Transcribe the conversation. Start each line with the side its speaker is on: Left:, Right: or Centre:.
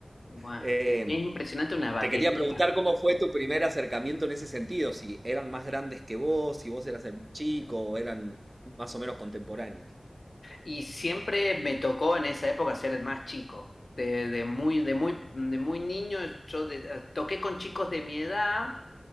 Left: Buah,
Right: Eh,
Left: qué, qué impresionante una batería.
Right: te quería preguntar cómo fue tu primer acercamiento en ese sentido, si eran más grandes que vos, si vos eras el más chico o eran más o menos contemporáneos.
Left: Y siempre me tocó en esa época ser el más chico. De, de muy, de muy, de muy niño, yo de- eh, toqué con chicos de mi edad